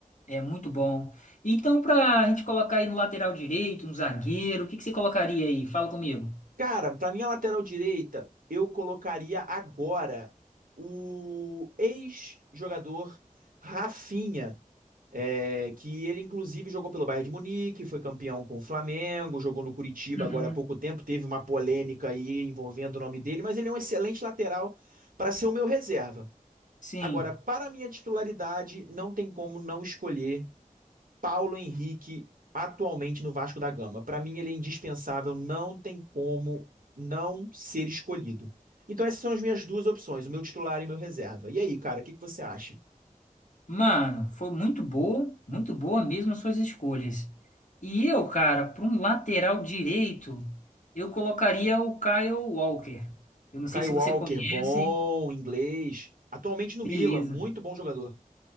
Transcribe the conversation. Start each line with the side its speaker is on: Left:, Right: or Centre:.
Left: É muito bom. Então, pra gente colocar aí no lateral direito, um zagueiro, o que que você colocaria aí? Fala comigo.
Right: Cara, pra minha lateral direita, eu colocaria agora o ex-jogador Rafinha. É, que ele, inclusive, jogou pelo Bayern de Munique, foi campeão com o Flamengo, jogou no Curitiba
Left: Uhum.
Right: agora há pouco tempo, teve uma polêmica aí envolvendo o nome dele, mas ele é um excelente lateral para ser o meu reserva.
Left: Sim.
Right: Agora, para a minha titularidade, não tem como não escolher Paulo Henrique atualmente no Vasco da Gama. Para mim, ele é indispensável, não tem como não ser escolhido. Então, essas são as minhas duas opções, o meu titular e o meu reserva. E aí, cara, o que que você acha?
Left: Mano, foi muito boa, muito boa mesmo as suas escolhas. E eu, cara, para um lateral direito, eu colocaria o Kyle Walker. Eu não sei
Right: Kyle
Left: se
Right: Walker,
Left: você conhece,
Right: bom, inglês. Atualmente no
Left: beleza.
Right: Milan, muito bom jogador.